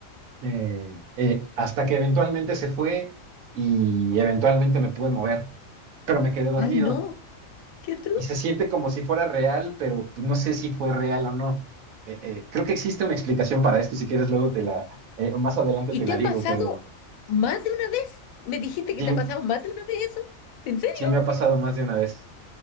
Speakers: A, on the right; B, on the left.
A: Eh, eh, hasta que eventualmente se fue y eventualmente me pude mover, pero me quedé dormido
B: ¡Ay, no! ¡Qué truco!
A: y se siente como si fuera real, pero no sé si fue real o no. Eh, eh, creo que existe una explicación para esto y si quieres luego te la, eh, más adelante
B: ¿Y
A: te
B: te
A: la
B: ha
A: digo,
B: pasado
A: pero
B: más de una vez? ¿Me dijiste que
A: sí,
B: te ha pasado más de una vez eso? ¿En serio?
A: sí me ha pasado más de una vez.